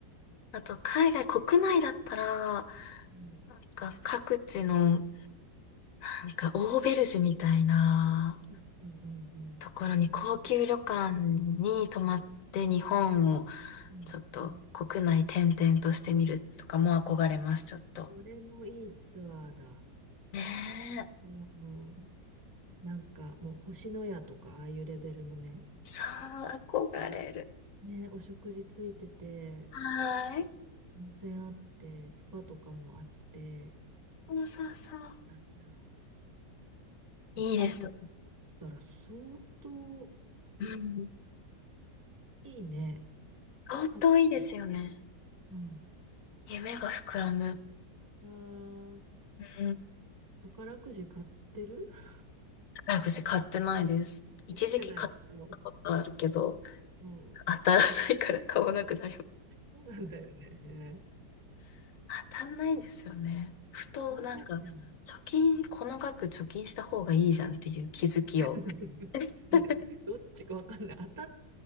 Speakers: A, on the right (about 15°); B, on the left (about 60°).
A: うん、
B: あと、海外、国内だったら、
A: うん、
B: なんか各地の、なんかオーベルジュみたいな
A: うん、うん、うん。
B: ところに高級旅館に泊まって日本を
A: うんうん
B: ちょっと国内転々としてみるとかも憧れます、ちょっと。
A: これもいいツアーだ。
B: ねえ。
A: うん、なんかもう星のやとかああいうレベルのね、
B: そう、憧れる。
A: あね、お食事ついてて、
B: はーい。
A: 温泉あって、スパとかもあって、
B: そうそうそう。
A: 何だ500だ
B: いいです。
A: ったら相当
B: うん。
A: いいね。
B: 相当いいですよね。
A: 確定。うん。
B: 夢が膨らむ。
A: ああ、
B: うん。
A: 宝くじ買ってる <laughs>
B: 宝くじ買ってないです。一時期買ったことあるけど、
A: 買ってない、私も。うん。
B: 当たらないから買わなくなります。
A: そうなんだよね。
B: 当たんないんですよね。ふとなんか、
A: 当たんないんだよね。
B: 貯金、この額貯金した方がいいじゃんっていう気づきを。
A: <laughs>
B: <laughs>
A: いや、
B: 確
A: どっちかわかんない。当たっ